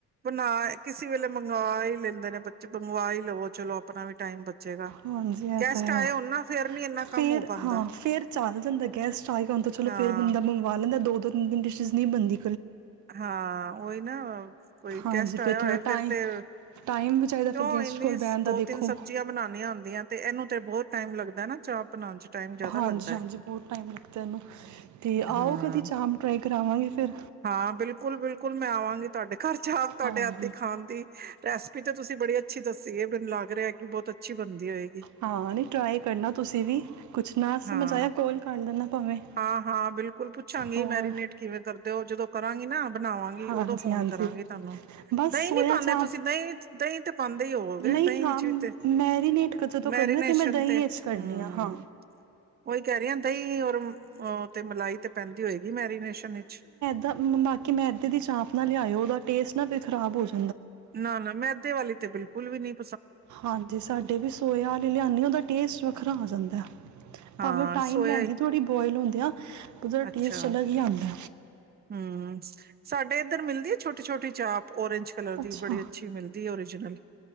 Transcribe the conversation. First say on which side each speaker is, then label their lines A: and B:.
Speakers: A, on the right; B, on the right.
A: ਬਣਾ ਕਿਸੇ ਵੇਲੇ ਮੰਗਵਾ ਹੀ ਲੈਂਦੇ ਨੇ ਬੱਚੇ ਮੰਗਵਾ ਹੀ ਲਵੋ, ਚਲੋ ਆਪਣਾ ਵੀ ਟਾਈਮ ਬਾ ਚੇਗਾ
B: ਹਾਂਜੀ ਇਹ
A: ਗੈਸਟ
B: ਤਾਂ ਹੈ।
A: ਆਏ ਨਾ ਫੇਰ ਨੀ ਇੰਨਾ
B: ਫੇਰ
A: ਕੰਮ ਹੋ ਪਾਉਂਦਾ
B: ਹਾਂ, ਫੇਰ ਚੱਲ ਜਾਂਦਾ ਗੈਸਟ ਆ ਗਿਆ, ਹ ਚਲੋ
A: ਹਾਂ
B: ਫੇਰ ਬੰਦਾ ਮੰਗਵਾ ਲੈਂਦਾ ਦੋ ਤਿੰਨ, ਤਨ ਡਿਸ਼ਿਸ ਨਹੀਂ ਬਨਦੀ
A: ਹਾਂ, ਉਹੀ ਨਾ ਕੋਈ
B: ਹਾਂਜੀ
A: ਗੈਸਟ
B: ਫੇਰ
A: ਆਇਆ
B: ਥੋੜ੍ਹਾ
A: ਹੋਏ
B: ਟਾਈਮ,
A: ਤੇ
B: ਟਾਈਮ ਵੀ ਚਾਹੀਦਾ
A: ਕਿਉਂ
B: ਫਿਰ ਗੈਸਟ
A: ਇੰਨੀ
B: ਕੋਲ ਬਹਿਣ ਦਾ
A: ਦੋ, ਤਿੰਨ
B: ਦੇਖੋ
A: ਸਬਜ਼ੀਆਂ ਬਣਾਨੀਆਂ ਹੁੰਦੀਆਂ ਤੇ ਇਹਨੂੰ ਤੇ ਬਹੁਤ ਟਾਈਮ ਲੱਗਦਾ ਨਾ ਚਾਹ ਬਣਾਉਣ ਚ। ਟਾਈਮ ਜ਼ਿਆਦਾ
B: ਹਾਂਜੀ
A: ਲੱਗਦਾ
B: -ਹਾਂਜੀ
A: ਹੈ
B: ਬਹੁਤ ਟਾਈਮ ਲੱਗਦਾ ਇਹਨੂੰ ਤੇ, ਆਓ
A: ਹਾਂ
B: ਕਦੀ ਚਾਹ ਟਰਾਈ ਕਰਾਵਾਂਗੇ ਫਿਰ
A: ਹਾਂ, ਬਿਲਕੁਲ -ਬਿਲਕੁਲ। ਮੈਂ ਆਵਾਂਗੀ ਤੁਹਾਡੇ ਘਰ ਚਾਪ ਤੁਹਾਡੇ
B: ਹਾਂਜੀ।
A: ਹਾਥ ਦੀ ਖਾਣ ਦੀ, ਰੈਸਪੀ ਤੋਂ ਤੁਸੀਂ ਬੜੀ ਅੱਛੀ ਦ ਇਹ ਮੈਨੂੰ ਲੱਗ ਰਿਹਾ ਕਿ, ਬਹੁਤ ਅੱਛੀ ਬਣਦੀ ਹੋਏਗੀ,
B: ਹਾਂ ਨਹੀਂ ਟਰਾਈ ਕਰਨਾ ਤੁਸੀਂ ਵੀ ਕੁਛ ਨਾ ਸਮਝ
A: ਹਾਂ
B: ਆਇਆ ਕੋਲ ਕਰ ਲੈਣਾ ਭਾਵੇਂ
A: -ਹਾਂ ਹਾਂ ਬਿਲਕੁਲ ਪੁੱਛਾਂਗੇ,
B: ਹੋਰ
A: ਮੈਰੀਨੇਟ ਕਿਵੇਂ ਕਰ ਤੇ, ਉਹ ਜਦੋਂ ਕਰਾਂਗੀ ਨਾ ਬਣਾਵਾਂਗੀ
B: ਹਾਂਜੀ-ਹਾਂਜੀ
A: ਉਦੋਂ ਫੋਨ ਕਰਾਂਗੇ ਤੁਹਾਨੂੰ
B: ਬਸ
A: ਦਹੀਂ
B: ਸੋਇਆ
A: ਨਹੀਂ ਪਾਉਂਦੇ,
B: ਚਾਪ
A: ਤੁਸੀਂ ਦਹੀਂ ਦਹੀਂ ਤੇ ਪਾਉਦੇ ਹੀ ਹੋਵਗੇ
B: ਨਹੀਂ
A: ਦਹੀਂ
B: ਹਾਂ
A: ਵਿੱਚ ਵੀ ਤੇ,
B: ਮੈਰੀਨੇਟ ਜਦੋਂ
A: ਮੈਰੀਨੇਸ਼ਨ
B: ਕਰਨਾ ਮੈਂ ਦਹੀਂ
A: ਤੇ
B: ਚ ਕਰਨੀ
A: ਹਮ
B: ਆ ਹਾਂ।
A: ਉਹੀ ਕਹਿ ਰਹੀ ਹ ਦਹੀਂ ਔਰ ਤੇ, ਮਲਾਈ ਤੇ ਪੈਂਦੀ ਹੋਏਗੀ ਮੈਰੀਨੇਸ਼ਨ ਵਿਚ।
B: ਤਾਂ ਬਾਕੀ ਮੈਂ ਇੱਦਾਂ ਦੀ ਚਾਂਪ ਨਾ ਲਿਆਇਓ, ਉਹਦਾ ਟੇਸਟ ਨਾ ਫੇਰ ਖ਼ਰਾਬ ਹੋ ਜਾਵੇ
A: ਨਾ -ਨਾ ਮੈਦੇ ਵਾਲੀ ਤੇ, ਬਿਲਕੁਲ! ੁਲ ਵੀ ਨਹੀਂ‌
B: ਹਾਂਜੀ, ਸਾਡੇ ਵੀ ਸੋਆ ਵਾਲੀ ਲਿਆਨੀ ਉਹਦਾ ਟੇਸਟ ਵੱਖਰਾ ਆ ਜਾਂਦਾ।
A: ਹਾਂ
B: ਭਾਵੇਂ ਉਹ ਟਾਈਮ
A: ਸੋਇਆ
B: ਲੈਂਦੀ
A: ਹੀ
B: ਥੋੜੀ ਬੌਇਲ ਹੁੰਦੇਆ, ਉਹਦਾ
A: ਅੱਛਾ
B: ਟੇਸਟ ਅਲੱਗ ਹੀ ਆਂਦਾ
A: ਹਮ ਸਾਡੇ ਇੱਧਰ ਮਿਲਦੀ ਹੈ, ਛੋਟੀ- ਛੋਟੀ ਚਾਪ ਓਰਂਜ ਕਲਰ
B: ਅੱਛਾ
A: ਦੀ ਬੜੀ ਅੱਛੀ ਮਿਲਦੀ ਓਰੀਜਨਲ